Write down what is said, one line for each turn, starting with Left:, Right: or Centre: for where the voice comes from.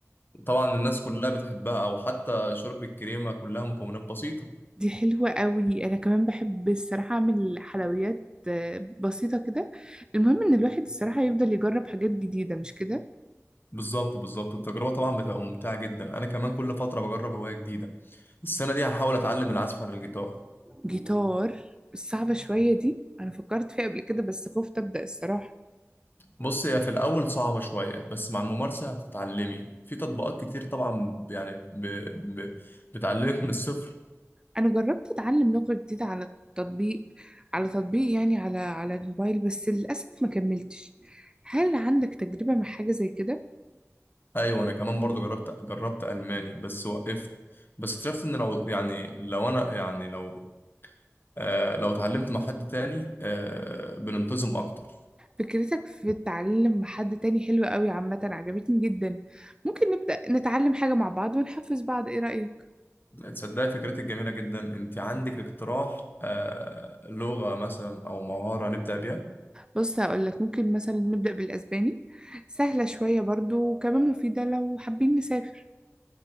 Left: طبعا الناس كلها بتحبها او حتى شرب الكريمه كلها مكونات بسيطه
Right: دي حلوة قوي أنا كمان بحب الصراحة أعمل حلويات آه، بسيطة كده المهم إن الواحد الصراحة يفضل يجرب حاجات جديدة مش كده
Left: بالظبط بالظبط التجربه طبعا بتبقى ممتعه جدا انا كمان كل فتره بجرب هوايه جديده السنه دي هحاول اتعلم العزف على الجيتار
Right: جيتار الصعبة شوية دي أنا فكرت فيها قبل كده بس خفت أبدأ الصراحة
Left: بص هي في الاول صعبه شويه بس مع الممارسه هتتعلمي في تطبيقات كتير طبعا يعني ب... ب... بتعلمك من الصفر
Right: أنا جربت أتعلم لغة جديدة على التطبيق على تطبيق يعني على على الموبايل بس للأسف ما كملتش هل عندك تجربة مع حاجة زي كده؟
Left: ايوه انا كمان برضو جربت جربت الماني بس وقفت بس اكتشفت ان لو يعني لو انا يعني لو آه لو اتعلمت مع حد تاني آه بننتظم اكتر
Right: فكرتك في التعلم مع حد تاني حلوة قوي عامة عجبتني جدا ممكن نبدأ نتعلم حاجة مع بعض ونحفز بعض إيه رأيك؟
Left: تصدقي فكرتك جميله جدا انت عندك اقتراح آه لغه مثلا او مهاره نبدا بيها
Right: بص هقولك ممكن مثلا نبدأ بالأسباني سهلة شوية برضو وكمان مفيدة لو حابين نسافر